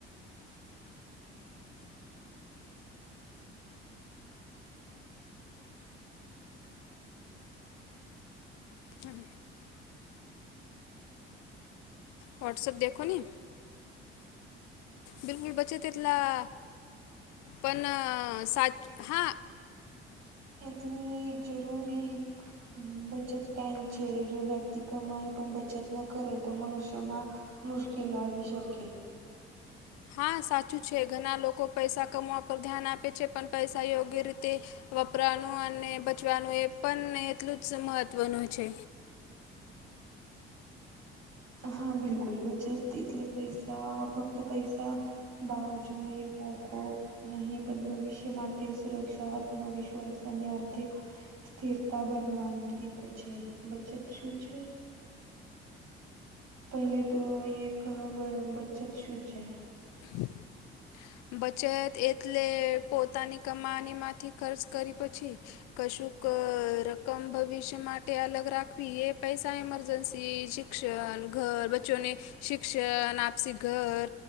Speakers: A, on the left; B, on the right.
A: હા. વોટ્સઅપ દેખો ને. બિલકુલ બચત એટલા પણ સાચ હા
B: એટલી જરૂરી બચત પાઈન છે. જો વ્યક્તિ કમાઈ પણ બચત ન કરે તો મનુષ્યમાં મુશ્કેલ આવી શકે.
A: હા, સાચું છે. ઘણા લોકો પૈસા કમાવા પર ધ્યાન આપે છે પણ પૈસા યોગ્ય રીતે વપરાનું અને બચવાનું એ પણ એટલું જ મહત્વનું છે.
B: હા, બિલકુલ. બચત એટલે પૈસા, ફક્ત પૈસા બાજુએ મુકો. નહી પણ ભવિષ્ય માટે સુરક્ષા, આત્મવિશ્વાસ અને આર્થિક સ્થિરતા બનવાની રીત છે. બચત શું છે? પહેલે તો યે કહ બ-બચત શું છે?
A: <inaudible> બચત એટલે પોતાની કમાનીમાંથી ખર્ચ કરી પછી કશુંક રકમ ભવિષ્ય માટે અલગ રાખવી. એ પૈસા એમરજન્સી જ શિક્ષણ, ઘર, બચ્ચોને શિક્ષણ, આપસી ઘર